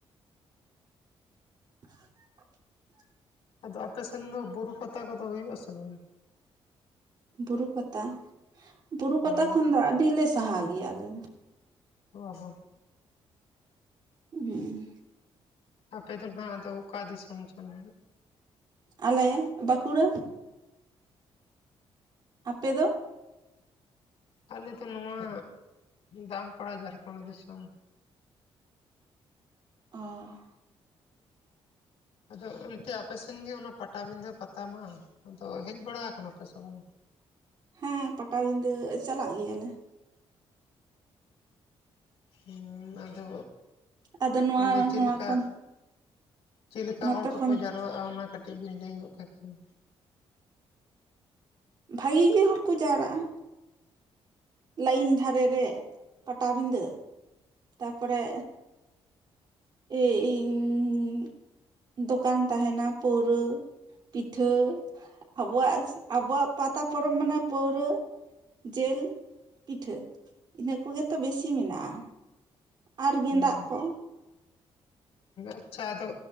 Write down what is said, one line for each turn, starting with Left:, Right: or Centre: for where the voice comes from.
Right: <unintelligible>
Left: ᱟᱫᱚ ᱟᱯᱮᱥᱱ ᱫᱚ ᱵᱩᱨᱩ ᱯᱟᱛᱟ ᱠᱚᱫᱚ ᱦᱩᱭᱩᱜ ᱟ ᱥᱮ ᱵᱟᱝ
Right: ᱵᱩᱨᱩ ᱯᱟᱛᱟ ᱵᱩᱨᱩ ᱯᱟᱛᱟ
Left: ᱦᱳᱭ
Right: ᱠᱷᱚᱱ ᱫᱚ ᱟᱹᱰᱤᱞᱮ ᱥᱟᱦᱟ ᱜᱮᱭᱟ ᱟᱞᱮ ᱫᱚ
Left: ᱚ ᱦᱚ <unintelligible>
Right: ᱦᱮᱸ <unintelligible>
Left: ᱟᱯᱮ ᱫᱚ ᱦᱟᱸᱜ ᱟᱫᱚ ᱚᱠᱟ ᱫᱤᱥᱚᱢ ᱪᱚᱝ
Right: ᱟᱞᱮ ᱵᱟᱸᱠᱩᱲᱟ ᱟᱯᱮ ᱫᱚ
Left: ᱟᱞᱮ ᱫᱚ ᱱᱚᱣᱟ ᱫᱟᱢᱯᱟᱲᱟ ᱡᱷᱟᱲᱠᱷᱚᱸᱰ ᱫᱤᱥᱚᱢ
Right: ᱚ <unintelligible>
Left: ᱟᱫᱚ ᱮᱱᱛᱮ ᱟᱯᱮᱥᱮᱱ ᱜᱮ ᱚᱱᱟ ᱯᱟᱴᱟᱵᱤᱸᱫᱟᱹ ᱯᱟᱛᱟ ᱢᱟ ᱟᱫᱚ ᱦᱮᱡ ᱵᱟᱲᱟ ᱟᱠᱟᱱᱟ ᱯᱮ ᱥᱮ ᱵᱟᱝ
Right: ᱦᱮᱸ ᱯᱟᱴᱟᱵᱤᱫᱟᱹ ᱪᱟᱞᱟᱜ ᱜᱮᱭᱟᱞᱮ
Left: ᱦᱮᱸ <unintelligible> ᱦᱮᱸ ᱟᱫᱚ
Right: ᱟᱫᱚ ᱱᱚᱣᱟ
Left: ᱚᱸᱰᱮ ᱪᱮᱫ
Right: ᱱᱚᱣᱟ
Left: ᱞᱮᱠᱟ
Right: ᱠᱷᱚᱱ
Left: ᱪᱮᱫ ᱞᱮᱠᱟ
Right: ᱱᱚᱛᱮ
Left: ᱦᱚᱲ ᱠᱚᱠᱚ
Right: ᱠᱷᱚᱱ
Left: ᱡᱟᱨᱨᱣᱟᱜᱼᱟ ᱚᱱᱟ ᱠᱟᱹᱴᱤᱡ ᱵᱤᱱ ᱞᱟᱹᱭ ᱧᱚᱜ ᱠᱮ ᱠᱷᱟᱱ
Right: ᱵᱷᱟᱜᱮ ᱜᱮ ᱦᱚᱲ ᱠᱚ ᱡᱟᱣᱨᱟᱜᱼᱟ ᱞᱟᱭᱤᱱ ᱫᱷᱟᱨᱮ ᱨᱮ ᱯᱟᱴᱟᱵᱤᱫᱟᱹ ᱛᱟᱨᱯᱚᱨᱮ ᱮ ᱤᱧ ᱫᱚᱠᱟᱱ ᱛᱟᱦᱮᱱᱟ ᱯᱟᱹᱣᱨᱟᱹ ᱯᱤᱴᱷᱟᱹ ᱟᱵᱚᱣᱟᱜ ᱟᱵᱚᱣᱟᱜ ᱯᱟᱛᱟ ᱯᱚᱨᱚᱵᱽ ᱢᱟᱱᱮ ᱯᱟᱹᱣᱨᱟᱹ ᱡᱤᱞ ᱯᱤᱴᱷᱟᱹ ᱤᱱᱟᱹ ᱠᱚᱜᱮᱛᱚ ᱵᱮᱥᱤ ᱢᱮᱱᱟᱜᱼᱟ ᱟᱨ ᱜᱮᱸᱫᱟᱜ
Left: ᱦᱮᱸ
Right: ᱠᱚ <unintelligible>
Left: ᱟᱪᱪᱷᱟ ᱟᱫᱚ